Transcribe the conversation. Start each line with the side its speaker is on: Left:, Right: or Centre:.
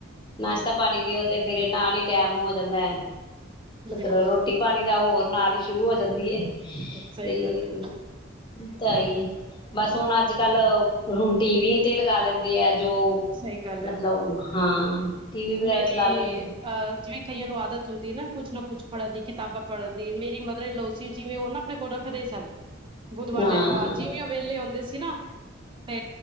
Left: ਨਾਸ਼ਤਾ ਪਾਣੀ ਦਿਓ ਤੇ ਮੇਰੇ ਨਾਲ ਹੀ ਟੈਮ ਹੋ ਜਾਂਦਾ ਹੈ। ਮਤਲਬ
Right: ਬਿਲਕੁਲ
Left: ਰੋਟੀ ਪਾਣੀ ਦਾ ਹੋਰ ਨਾਲ ਹੀ ਸ਼ੁਰੂ ਹੋ ਜਾਂਦੀ ਏ।
Right: ਸਹੀ
Left: ਇਹ
Right: ਗੱਲ ਹੈ
Left: ਹਾਂ ਤਾਂ ਈਏ, ਬਸ ਹੁਣ ਅੱਜ ਕੱਲ ਹੁਣ ਟੀ ਵੀ ਤੇ ਲਗਾ ਲੈਂਦੇ ਆ। ਜੋ
Right: ਸਹੀ ਗੱਲ
Left: ਮਤਲਬ
Right: ਹੈ
Left: ਹਾਂ ਟੀ ਵੀ ਵਗੈਰਾ
Right: ਮੇਰੀ
Left: ਚਲਾ ਲੈਂਦੇ
Right: ਅਹ ਜਿਵੇਂ ਕਈਆਂ ਨੂੰ ਆਦਤ ਹੁੰਦੀ ਨਾ ਕੁਛ ਨਾ ਕੁਛ ਪੜ੍ਹਨ ਦੀ ਕਿਤਾਬਾਂ ਪੜ੍ਹਨ ਦੀ ਮੇਰੀ ਮਦਰ ਈਨ ਲੋ ਸੀ ਜਿਵੇਂ ਉਹ ਨਾ ਆਪਣੇ ਕੋਲ ਰੱਖਦੇ ਸਨ। ਬੁੱਧਵਾਰ
Left: ਹਾਂ
Right: ਦੀ ਅਖ਼ਬਾਰ ਜਿਵੇਂ ਔਹ ਵੇਹਲੇ ਆਉਂਦੇ ਸੀ ਨਾ ਤੇ